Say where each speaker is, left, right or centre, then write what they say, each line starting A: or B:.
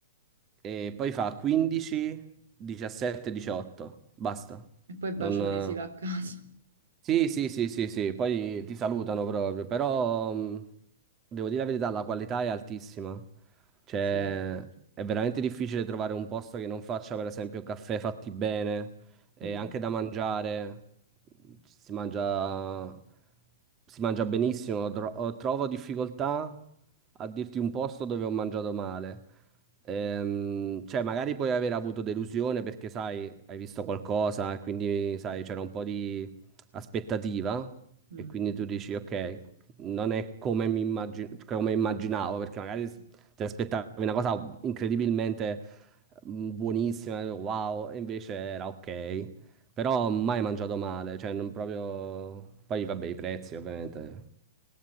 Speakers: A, on the right; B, on the right.
A: e poi fa 15-17-18, basta,
B: E poi
A: non...
B: bacione, si va a casa.
A: Sì, sì, sì, sì, sì, poi ti salutano proprio, però mh, devo dire la verità, la qualità è altissima. Cioè,
B: <laughs> Sì.
A: è veramente difficile trovare un posto che non faccia, per esempio, caffè fatti bene e
B: Mm.
A: anche da mangiare. mhmm, Si mangia, si mangia benissimo. Tro- trovo difficoltà a dirti un posto dove ho mangiato male. Ehm, cioè, magari puoi aver avuto delusione perché, sai, hai visto qualcosa e quindi, sai, c'era un po' di aspettativa
B: Mm.
A: e quindi tu dici ok, non è come mi immagi- come immaginavo, perché magari s- ti aspettavi una cosa incredibilmente mm, buonissima, wow, e invece era ok, però mai mangiato male, cioè non proprio... Poi vabbè, i prezzi ovviamente